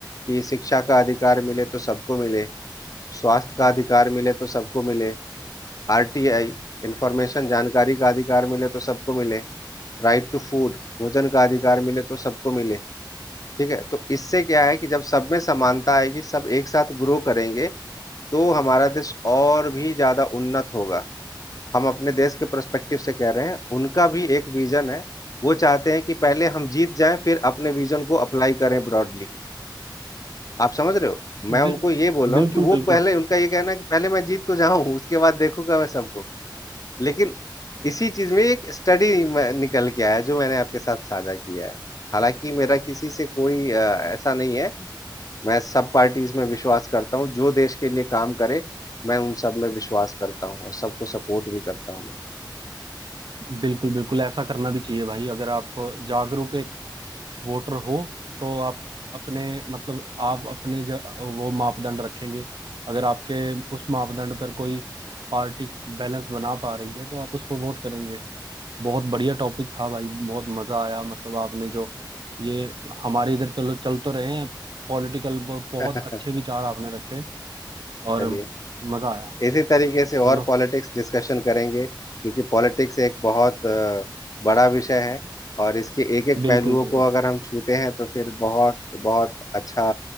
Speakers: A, on the left; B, on the right.
A: कि शिक्षा का अधिकार मिले तो सबको मिले स्वास्थ्य का अधिकार मिले तो सबको मिले आरटीआई इंफॉर्मेशन जानकारी का अधिकार मिले तो सबको मिले राइट टू फूड भोजन का अधिकार मिले तो सबको मिले ठीक है तो इससे क्या है कि जब सब में समानता आएगी सब एक साथ ग्रो करेंगे तो हमारा देश और भी ज्यादा उन्नत होगा हम अपने देश के पर्सपेक्टिव से कह रहे हैं उनका भी एक विजन है वो चाहते हैं कि पहले हम जीत जाएं फिर अपने विजन को अप्लाई करें ब्रॉडली आप समझ रहे हो मैं उनको
B: बिल,
A: ये बोल रहा
B: बिल्कुल
A: हूँ कि वो
B: बिल्कुल
A: पहले उनका ये कहना है कि पहले मैं जीत तो जाऊं उसके बाद देखूंगा मैं सबको लेकिन इसी चीज में एक स्टडी निकल के आया जो मैंने आपके साथ साझा किया है हालांकि मेरा किसी से कोई अ, ऐसा नहीं है मैं सब पार्टीज में विश्वास करता हूँ जो देश के लिए काम करे मैं उन सब में विश्वास करता हूँ और सबको सपोर्ट भी करता हूँ मैं
B: बिल्कुल बिल्कुल ऐसा करना भी चाहिए भाई अगर आप जागरूक एक वोटर हो तो आप अपने मतलब आप अपने ज, वो मापदंड रखेंगे अगर आपके उस मापदंड पर कोई पार्टी बैलेंस बना पा रही है तो आप उसको वोट करेंगे बहुत बढ़िया टॉपिक था भाई बहुत मजा आया मतलब आपने जो ये हमारे इधर चलो चल तो रहे हैं पॉलिटिकल बहुत
A: बिल्कुल
B: अच्छे विचार आपने रखे
A: <laughs>
B: और
A: चलिए
B: मजा आया
A: इसी तरीके से और
B: चलो
A: पॉलिटिक्स डिस्कशन करेंगे क्योंकि पॉलिटिक्स एक बहुत अ, बड़ा विषय है और इसके एक एक
B: बिल्कुल
A: पहलुओं
B: बिल्कुल
A: को अगर हम छूते हैं तो फिर बहुत बहुत अच्छा